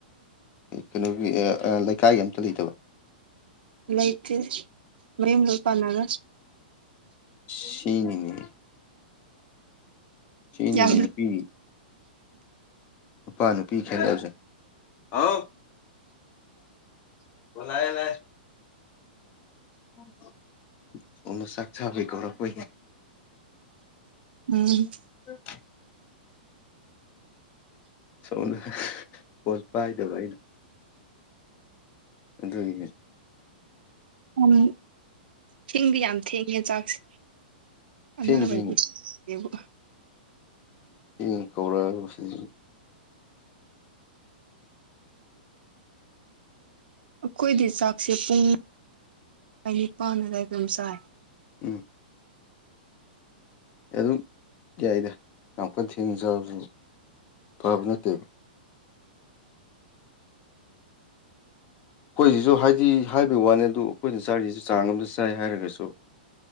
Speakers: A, on the left; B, on the right.
A: ꯀꯩꯅꯣꯒꯤ ꯂꯩꯀꯥꯏꯒꯤ ꯑꯝꯇ ꯂꯩꯇꯕ
B: ꯂꯩ ꯂꯩꯇ ꯃꯝ ꯂ ꯄꯅꯒ
A: ꯁꯤꯅꯤꯅꯦ ꯁꯤꯅꯤꯅꯦ
B: ꯌꯥ
A: ꯅꯨꯄꯤ ꯅꯨꯄꯥ ꯅꯨꯄꯤ ꯈꯦꯗꯁꯦ <unintelligible> ꯑꯣ ꯂꯥꯛꯑꯦ ꯂꯥꯛꯑꯦ <unintelligible> ꯍꯅꯁꯛꯆꯥ ꯑꯕ ꯀꯧꯔ ꯀ
B: ꯎꯝ
A: ꯎꯝ ꯁꯣꯝꯅ ꯄꯣꯠ ꯄꯥꯏꯗꯕ ꯑꯩꯅ ꯑꯗꯨꯅꯤ
B: ꯌꯥꯝ ꯆꯦꯡꯗꯤ ꯌꯥꯝ ꯊꯦꯡꯉꯦ ꯆꯥꯛꯁꯦ ꯑꯅꯥꯕꯕꯨꯗꯤ
A: ꯊꯦꯡ ꯊꯦꯡ
B: ꯕꯨ
A: ꯍ ꯀꯧꯔꯁꯤ
B: ꯑꯩꯈꯣꯏꯗꯤ ꯆꯥꯛꯁꯦ ꯄꯨꯡ ꯅꯤꯄꯥꯟ ꯑꯗꯨꯗꯥꯋꯥꯏ ꯑꯗꯨꯝ ꯆꯥꯏ
A: ꯎꯝ ꯑꯗꯨꯝ ꯌꯥꯏꯗ ꯉ ꯀꯟ ꯊꯦꯡꯅꯖꯕꯁꯨ ꯐꯕ ꯅꯠꯇꯦꯕ ꯑꯩꯈꯣꯏꯁꯤꯁꯨ ꯍꯥꯏꯗꯤ ꯍꯥꯏꯕꯒꯤ ꯋꯥꯅꯤ ꯑꯗꯨ ꯑꯩꯈꯣꯏꯅ ꯆꯥꯔꯤꯁꯤꯁꯨ ꯆꯥꯡ ꯑꯃꯝꯗ ꯆꯥꯏ ꯍꯥꯏꯔꯒꯁꯨ